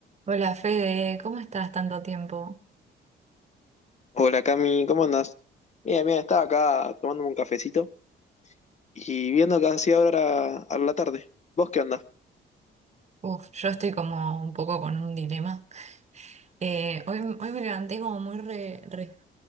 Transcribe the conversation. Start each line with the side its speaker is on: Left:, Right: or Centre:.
Right: Hola Fede, ¿cómo estás tanto tiempo?
Left: Hola Cami, ¿cómo andás? Mira, mira, estaba acá tomándome un cafecito y viendo que hacía ahora a la tarde. ¿Vos qué andás?
Right: Uf, yo estoy como un poco con un dilema. Eh, hoy, hoy me levanté como muy re- re-